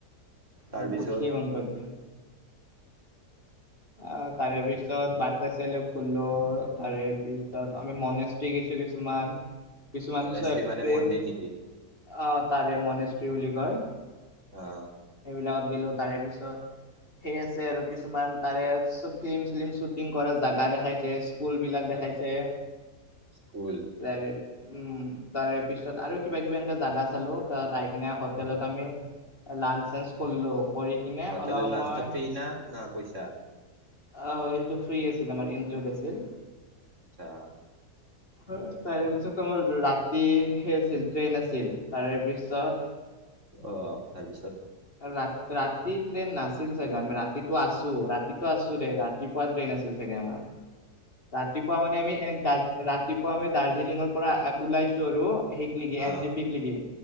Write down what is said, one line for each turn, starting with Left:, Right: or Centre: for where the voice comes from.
Right: তাৰপিছত
Left: উ উঠিয়ে গম পাবি অ তাৰে পিছত বাট আছে ফুলো তাৰে পিছ পিছত আমি মনেষ্টিকছো কিছুমান কিছুমান
Right: মনেষ্টি
Left: চা <unintelligible>
Right: মানে মন্দিৰ নেকি?
Left: আ তাৰে মনেষ্ট্ৰি বুলি কয়
Right: অ
Left: সেইবিলাকত গলো তাৰে পিছত সেই আছে আৰু কিছুমান তাৰে চ ফিলিম চিলিম শ্বুটিং কৰা জোগা দেখাইছে স্কুল বিলাক দেখাইছে
Right: স্কুল
Left: তাৰে উম তাৰে পিছত আৰু কিবা কিবি এনেকুৱা জাগা চালো তাত আহি কিনে হোটেলত আমি লাঞ্জ চাঞ্জ কৰিলো কৰি কিনে
Right: হোটেল
Left: অলপ সময়
Right: লাঞ্চ টো ফ্ৰী না, না পইচা
Left: অ সেইটো ফ্ৰী আছিল আমাৰ ইনক্লুড আছিল
Right: আচ্ছা
Left: হয় তাৰে পিছত তোমাৰ ৰাতি সেই আছিল ট্ৰেইন আছিল তাৰে পিছত
Right: অ' তাৰপিছত।
Left: ৰা ৰাতি ট্ৰেইন নাছিল চাগে আমি ৰাতিটো আছোঁ ৰাতিটো আছোঁ দে ৰা ৰাতিপুৱা ট্ৰেইন আছিল চাগে আমাৰ। ৰাতিপুৱা মানে আমি এ, দা-ৰাতিপুৱা আমি দাৰ্জিলিঙৰ পৰা ওলাইছোঁ আৰু সেই লিগি
Right: অ'
Left: এনজি পি ক লিগি,